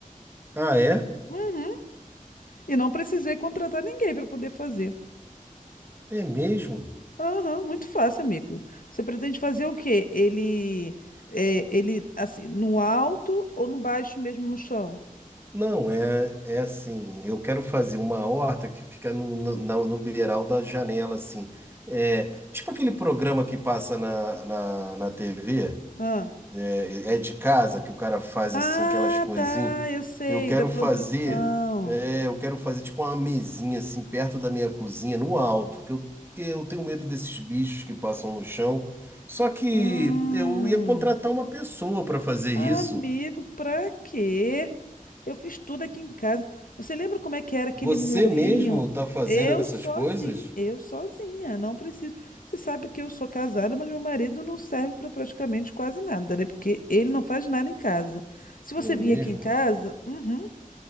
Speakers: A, on the right; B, on the left.
A: Ah, é?
B: Uhum. E não precisei contratar ninguém para poder fazer.
A: É mesmo?
B: Aham, muito fácil, amigo. Você pretende fazer o quê? Ele, é, ele, assim, no alto ou no baixo mesmo no chão?
A: Não, é, é assim, eu quero fazer uma horta que fica no, no, na- no beiral da janela, assim. É, tipo aquele programa que passa na, na, na TV.
B: Ah,
A: é, é de casa que o cara faz
B: ah,
A: assim aquelas coisinhas.
B: tá, eu sei,
A: Eu quero
B: da plantação.
A: fazer, é, eu quero fazer tipo uma mesinha assim perto da minha cozinha, no alto, que eu, porque eu tenho medo desses bichos que passam no chão. Só que
B: Hum.
A: eu ia contratar uma pessoa para fazer
B: Amigo,
A: isso.
B: pra quê? Eu fiz tudo aqui em casa. Você lembra como é que era aquele
A: Você
B: murinho?
A: mesmo tá fazendo
B: Eu
A: essas
B: sozinha,
A: coisas?
B: eu sozinha, não preciso. Você sabe que eu sou casada, mas meu marido não serve para praticamente quase nada, né? Porque ele não faz nada em casa. Se você
A: Não é
B: vir
A: mesmo?
B: aqui em casa, uhum,